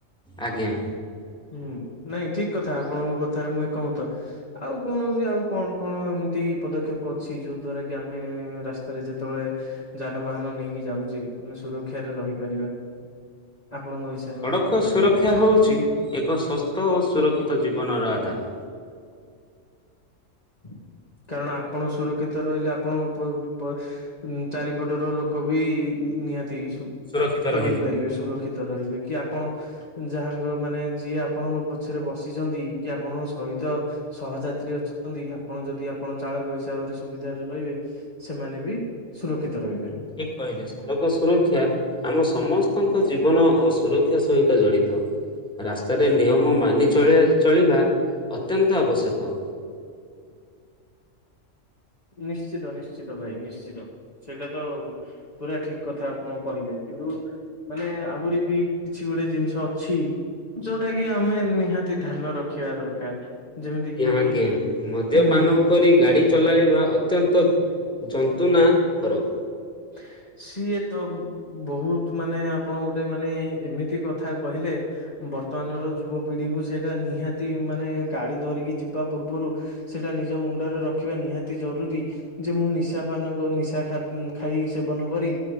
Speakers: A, in the centre; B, on the left.
A: ଆଜ୍ଞା।
B: ହୁଁ। ନାଇଁ ଠିକ କଥା ଆପଣଙ୍କ କଥାରେ ମୁଁ ଏକମତ ଆଉ କୌଣସି ଆଉ କଣ କଣ ଏମିତି ପଦକ୍ଷେପ ଅଛି ଯୋଉ ଦ୍ଵାରା କି ଆମେ ରାସ୍ତାରେ ଯେତେବେଳେ ଯାନବାହାନ ନେଇକି ଯାଉଛେ ଆମେ ସୁରକ୍ଷାରେ ରହିପାରିବା। ଆପଣଙ୍କ ହିସାବରେ
A: ସଡ଼କ
B: ମତରେ
A: ସୁରକ୍ଷା ହେଉଛି ଏକ ସୁସ୍ଥ ଓ ସୁରକ୍ଷିତ ଜୀବନର ଆଦି ତାର
B: <inaudible> <inaudible> କାରଣ ଆପଣ ସୁରକ୍ଷିତ ରହିଲେ ଆପଣଙ୍କ ପ ପ ଅ ଚାରିପଟର ଲୋକ ବି ନିହାତି ସୁ
A: ସୁରକ୍ଷିତ ରହିବେ।
B: ରହିପାରିବେ ସୁରକ୍ଷିତ ରହିବେ କି ଆପ୍ ଆପଣ ଯାହାଙ୍କ ମାନେ ଯିଏ ଆପଣଙ୍କ ପଛରେ ବସିଛନ୍ତି କି ଆପଣଙ୍କ ସହିତ ସ ହ ଯାତ୍ରୀ ଅ ଆପଣ ଯଦି ଆପଣ ଚାଳକ ହିସାବରେ ସୁବିଧାରେ ରହିବେ ସେମାନେ ବି ସୁରକ୍ଷିତ ରହିବେ।
A: ଠିକ କହିଲେ ସଡ଼କ ସୁରକ୍ଷା ଆମ ସମସ୍ତଙ୍କ ଜୀବନ ଓ ସୁରକ୍ଷା ସହିତ ଜଡି ତ ରାସ୍ତାରେ ନିୟମ ମାନି ଚଳି ଚଳିବା ଅତ୍ୟନ୍ତ ଆବଶ୍ୟକ।
B: <inaudible> ନିଶ୍ଚିତ ନିଶ୍ଚିତ ଭାଇ ନିଶ୍ଚିତ ସେଇଟା ତ ପୁରା ଠିକ କଥା ଆପଣ କହିଲେ। କିନ୍ତୁ ମାନେ ଆହୁରି ବି କିଛି ଗୋଟେ ଜିନିଷ ଅଛି। ଯୋଉଟା କି ଆମେ ନିହାତି ଧ୍ୟାନ ରଖିବା ଦରକାର। ଯେମିତି କିି
A: ଆଞା ଆଜ୍ଞା ମଦ୍ୟପାନ
B: ନି
A: କରି ଗାଡି ଚଲେଇବା ଅତ୍ୟ ଅତ୍ୟନ୍ତ ଯନ୍ତ୍ରଣା କର।
B: ହେଁ। ସିଏ ତ ବହୁତ ମାନେ ଆପଣ ଗୋଟେ ମାନେ ଏମିତି କଥା କହିଲେ ବ ବର୍ତ୍ତମାନର ଯୁବପିଢ଼ିକୁ ସେଇଟା ନିହାତି ମାନେ ଗାଡ଼ି ଧରିକି ଯିବା ପୂର୍ବରୁ ସେଇଟା ନିଜ ମୁଣ୍ଡରେ ରଖିବା ନିହାତି ଜରୁରୀ ଯେ ମୁଁ ନିଶା ପାନ କ ନିଶା ଖା ଖାଇ ସେବନ କରି